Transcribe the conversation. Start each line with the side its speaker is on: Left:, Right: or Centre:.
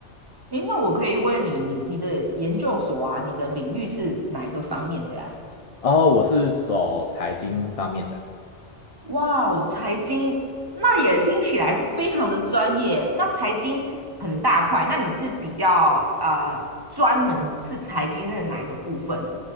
Right: 诶，那我可以问你，你你的研究所啊，你的领域是哪一个方面的呀？
Left: 然后我是走财经方面的。
Right: 哇哦，财经，那也听起来非常的专业。那财经很大块，那你是比较呃专门是财经的哪一个部分呢？